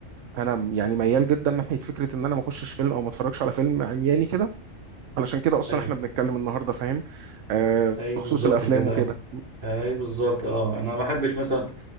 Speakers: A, on the right (about 70°); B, on the right (about 40°).
A: انا يعني ميال جدا ناحيه فكره ان انا ما اخشش فيلم او ما اتفرجش على فيلم عمياني كده علشان كده اصلا
B: ايوه
A: احنا بنتكلم النهارده فاهم آه
B: ايوه
A: بخصوص
B: بالظبط
A: الافلام
B: كده
A: وكده
B: آه، ايوه بالظبط اه انا ما بحبش مثلا